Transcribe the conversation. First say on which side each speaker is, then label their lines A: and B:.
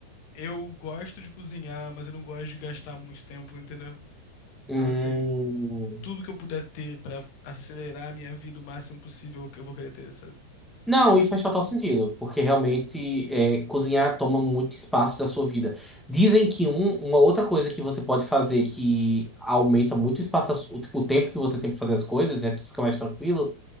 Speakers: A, on the left; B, in the centre.
A: eu gosto de cozinhar, mas eu não gosto de gastar muito tempo, entendeu?
B: Hum.
A: Então, assim, tudo que eu puder ter pra acelerar a minha vida o máximo possível, eu vou querer ter, sabe?
B: Não, e faz total sentido, porque realmente é, cozinhar toma muito espaço da sua vida. Dizem que um- uma outra coisa que você pode fazer que aumenta muito o espaço, da su- tipo, o tempo que você tem para fazer as coisas, né? Tudo fica mais tranquilo.